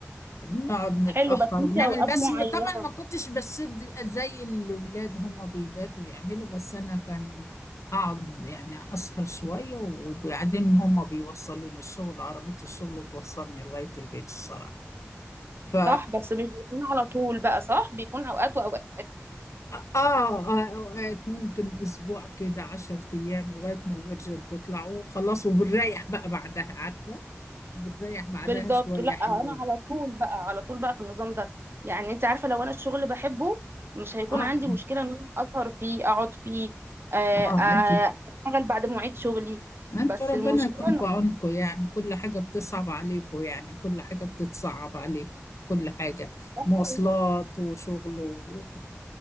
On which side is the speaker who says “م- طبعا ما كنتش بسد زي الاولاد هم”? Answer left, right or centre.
Left